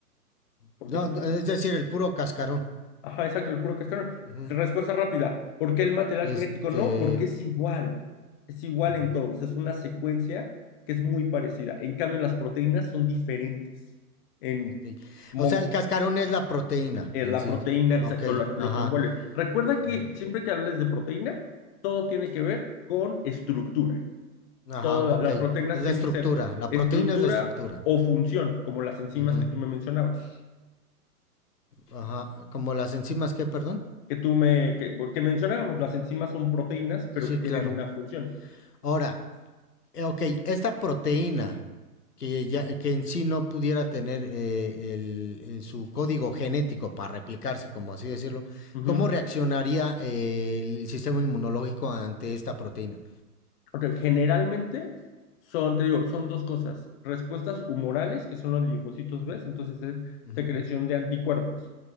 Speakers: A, on the left; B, on the left.
A: Porque
B: No,
A: si te
B: no, es decir, el puro cascarón.
A: Ajá, exacto, el puro cascarón.
B: Ujú.
A: Respuesta rápida. ¿Por qué el material
B: Este...
A: genético no? Porque es igual. Es igual
B: ujú,
A: en todos. Es una secuencia que es muy parecida. En cambio, las proteínas son diferentes. En,
B: ujú, ok.
A: mon-
B: O sea, el cascarón es la proteína
A: en
B: en
A: la
B: sí.
A: proteína, exacto,
B: Ok,
A: lo,
B: ajá.
A: lo que envuelve. Recuerda
B: Mm.
A: que siempre que hables de proteína, todo tiene que ver con estructura.
B: Ajá,
A: Todas
B: ok.
A: las
B: Es
A: proteínas
B: la
A: tienen
B: estructura.
A: que ser
B: La
A: estructura
B: proteína es la estructura.
A: o función, como las enzimas
B: Ujú,
A: que tú me mencionabas.
B: Ajá. Como las enzimas, ¿qué, perdón?
A: que tú me, que, que mencionábamos, las enzimas son proteínas, pero
B: Sí,
A: que tienen
B: claro.
A: una función.
B: Ahora, eh, ok, esta proteína que, ya, que en sí no pudiera tener eh, el- eh, su código genético para replicarse, como así decirlo,
A: Ujú.
B: ¿cómo reaccionaría eh, el sistema inmunológico ante esta proteína?
A: Ok, generalmente son, te digo, son dos cosas, respuestas humorales, que son los linfocitos B, entonces es
B: Ujú,
A: secreción de anticuerpos.